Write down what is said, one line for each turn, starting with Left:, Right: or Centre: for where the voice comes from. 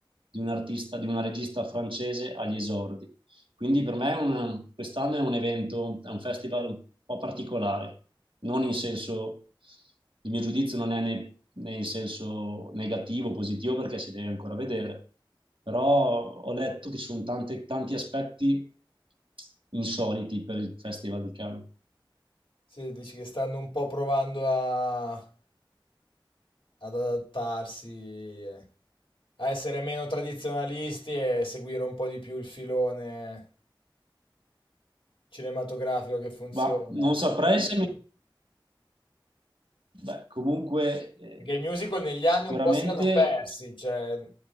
Right: di un artista, di una regista francese agli esordi. Quindi per me è un- quest'anno è un evento, è un festival un po' particolare, non in senso, il mio giudizio non è né, né in senso negativo, positivo, perché si deve ancora vedere, però ho letto che ci sono tante- tanti aspetti insoliti per il Festival di Cannes.
Left: Sì, dici che stanno un po' provando a, ad adattarsi, eh, a essere meno tradizionalisti e seguire un po' di più il filone cinematografico che funziona.
Right: Ma non saprei se... mi- Beh, comunque, eh,
Left: Perché i musical negli
Right: sicuramente
Left: anni un po' si erano persi, cioè